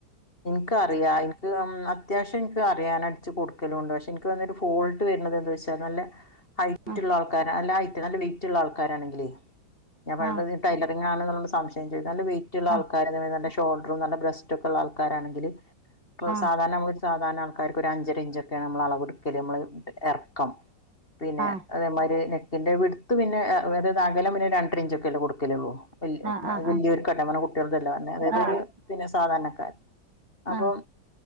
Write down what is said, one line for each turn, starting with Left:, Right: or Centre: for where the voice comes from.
Left: എനിക്കറിയാം എനിക്ക് അത്യാവശ്യം എനിക്ക് അറിയാന അടിച്ച് കൊടുക്കലുണ്ട് പക്ഷേ എനിക്ക് വന്നൊരു ഫോൾട്ട് വരുന്നത് എന്താ വെച്ചാൽ നല്ല ഹൈറ്റ്ള്ള
Right: ആഹ്
Left: ആൾക്കാര അല്ല ഹൈറ്റ് നല്ല വെയിറ്റ് ഉള്ള ആൾക്കാരാണെങ്കിലേ ഞാൻ പറയുമ്പോ
Right: ആഹ്
Left: ടലറിങ്ങ ആണന്നുള്ള സംശം ചെയ്തു നല്ല വെയിറ്റുള്ള ആൾക്കാര
Right: ആഹ്
Left: നല്ല ഷോൾഡറും നല്ല ബ്രെസ്റ്റ് ഒക്കെ ഉള്ള ആൾക്കാരാണെങ്കിൽ
Right: ആഹ്
Left: സാധാരണ സാധാരണ ആൾകാർക്ക് ഒരു അഞ്ചര ഇഞ്ചൊക്കെയാണ് നമ്മൾ അളവ്ടുക്കൽ നമ്മൾ ഇറക ഇറക്കം പിന്നെ
Right: ആഹ്
Left: അതേമാതിരി നെക്കിന്റെ വി വിട്ത് പിന്നെഏ അതായത് അകലം പിന്നെ രണ്ടര ഇഞ്ചൊക്കെല്ല കൊടുക്കല്ലോളൂ
Right: ആഹ് ആഹ് ആഹ്
Left: വെല്ലിയോർ കാട്ടോ കുട്ടികള തല്ലെ പറഞ്ഞ അതായത്
Right: ആഹ് ആഹ്
Left: ഒരു സാധാരണക്കാർ അപ്പം
Right: ആഹ്